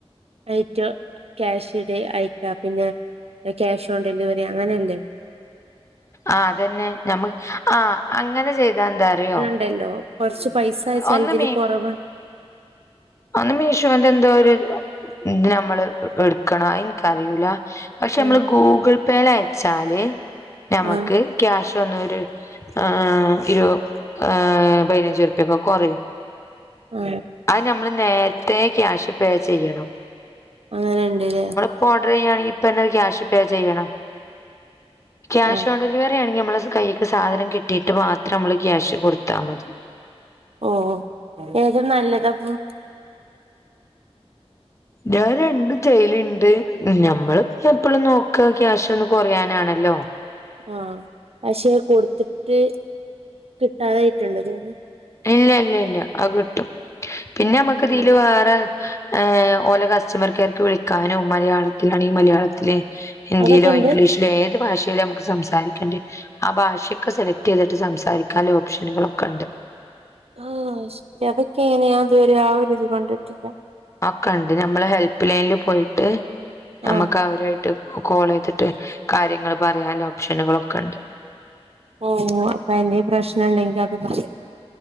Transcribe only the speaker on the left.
ആ അതന്നെ ഞമ്മ ആ അങ്ങനെ ചെയ്താ എന്താ അറിയോ
ഒന്ന്
അത് മീഷോൻ്റെ എന്തോ ഒരു പിന്നെ നമ്മള് എടുക്കണം അത് ഇൻക്കറിയില പക്ഷെ നമ്മള്
ഗൂഗിൾ പേയില അയച്ചാല് ഞമ്മക്ക്
ക്യാഷ് വന്ന ഒരു ആ ഇരുവത് ആ പതിനഞ്ച് കുറയും
അത് നമ്മൾ നേരത്തെ ക്യാഷ് പേ ചെയ്യണം
ഇപ്പൊ ഓർഡർ ചെയ്യാണെങ്കിൽ ഇപ്പ എന്നെ ക്യാഷ് പേ ചെയ്യണം ക്യാഷ്
ഓൺ ഡെലിവറി ആ നി നമ്മള കൈയ്ക്ക് സാധനം കിട്ടിയിട്ട് മാത്രം നമ്മള് ക്യാഷ് കൊടുത്താ മതി
ഞാൻ രണ്ടും ചെയ്യല്ണ്ട് ഞമ്മള്പ്പം എപ്പളും നോക്ക ക്യാഷ് ഒന്ന് കുറയാനാണല്ലോ
ഇല്ല ഇല്ല ഇല്ല അത് കിട്ടും പിന്നെ നമ്മക്ക് ഇതില്
വേറെ ഏഹ് ഓല കസ്റ്റമർ കെയർക്ക് വിളിക്കാനും മലയാളത്തിലാണങ്കി മലയാളത്തില് ഹിന്ദിയിലോ
ഇംഗ്ലീഷിലോ ഏത് ഭാഷയിലും നമുക്ക് സംസാരിക്കേണ്ടേ ആ ഭാഷയൊക്കെ സെലക്ട് ചെയ്തിട്ട് സംസാരിക്കാന്ല്ല ഓപ്ഷനുകളൊക്കെ ഉണ്ട്
അഒക്കെ ഉണ്ട് നമ്മള് ഹെല്പ് ലൈനിൽ പോയിട്ട് നമ്മക്ക്
അവരുമായിട്ട് കോൾ ചെയ്തിട്ട് കാര്യങ്ങൾ പറയാന്ല്ല ഓപ്ഷനുകളൊക്കെ ഉണ്ട്